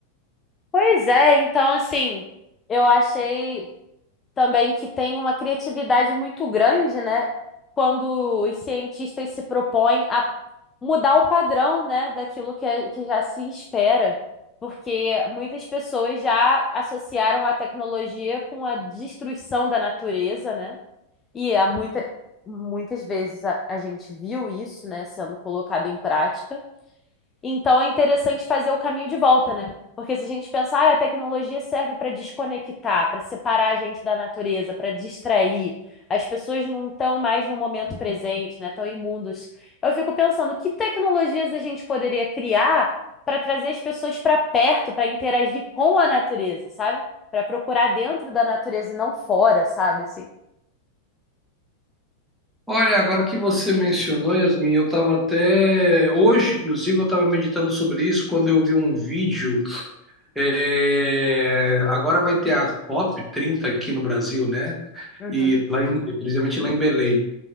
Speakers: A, on the left; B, in the centre.
A: Pois é, então assim, eu achei. também que tem uma criatividade muito grande, né? Quando os cientistas se propõem a mudar o padrão, né, daquilo que, é- que já se espera, porque muitas pessoas já associaram a tecnologia com a destruição da natureza, né? E há muita, muitas vezes a, a gente viu isso, né, sendo colocado em prática. Então é interessante fazer o caminho de volta, né? Porque se a gente pensar, ah, a tecnologia serve para desconectar, para separar a gente da natureza, para distrair, as pessoas não estão mais no momento presente, né? Estão imundos. Eu fico pensando, que tecnologias a gente poderia criar para trazer as pessoas para perto, para interagir com a natureza, sabe? Para procurar dentro da natureza e não fora, sabe? Assim.
B: Olha, agora que você mencionou, Yasmin, eu estava até. Hoje, inclusive, eu estava meditando sobre isso quando eu vi um vídeo. é, Agora vai ter a COP trinta aqui no Brasil, né?
A: Uhum,
B: E lá em... precisamente lá em Belém.